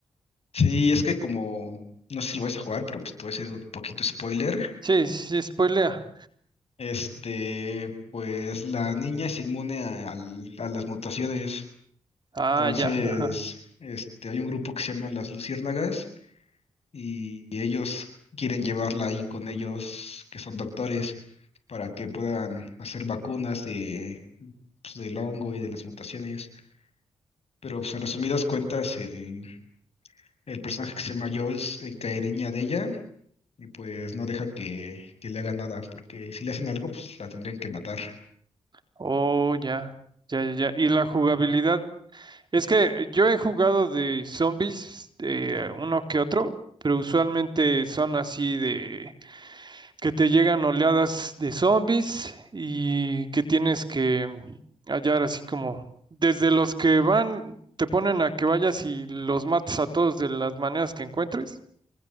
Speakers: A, on the left (about 60°); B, on the right (about 40°).
A: Sí, es que como, no sé si lo vas a jugar, pero pues te voy a hacer un poquito spoiler.
B: Sí, sí, spoilea.
A: Este, pues la niña es inmune a, al- a las mutaciones.
B: Ah,
A: Entonces,
B: ya, ajá.
A: este, hay un grupo que se llama las luciérnagas y ellos quieren llevarla ahí con ellos que son doctores para que puedan hacer vacunas de, pues, del hongo y de las mutaciones. Pero pues, en resumidas cuentas, el, el personaje que se llama Jules encariña de ella y pues no deja que, que le haga nada, porque si le hacen algo, pues la tendrían que matar.
B: Oh, ya, ya, ya, ya. Y la jugabilidad, es que yo he jugado de zombies, eh, uno que otro, pero usualmente son así de que te llegan oleadas de zombies y que tienes que hallar así como desde los que van, te ponen a que vayas y los mates a todos de las maneras que encuentres.